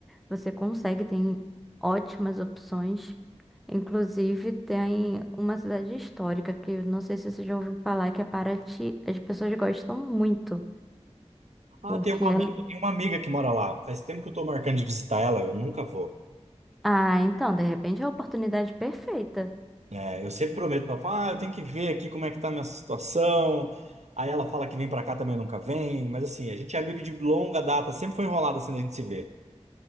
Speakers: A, in the centre; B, on the right.
A: você consegue, tem ótimas opções. Inclusive, tem uma cidade histórica que eu não sei se você já ouviu falar, que é Paraty. As pessoas gostam muito,
B: Ah,
A: porque...
B: tem uma
A: é-
B: amiga, tem uma amiga que mora lá. Faz tempo que eu tô marcando de visitar ela, eu nunca vou.
A: Ah, então, de repente é a oportunidade perfeita.
B: É, eu sempre prometo para ela, falo, ah, eu tenho que ver aqui como é que tá a minha situação. Aí ela fala que vem para cá também nunca vem, mas assim, a gente é amigo de longa data, sempre foi enrolado assim a gente se vê.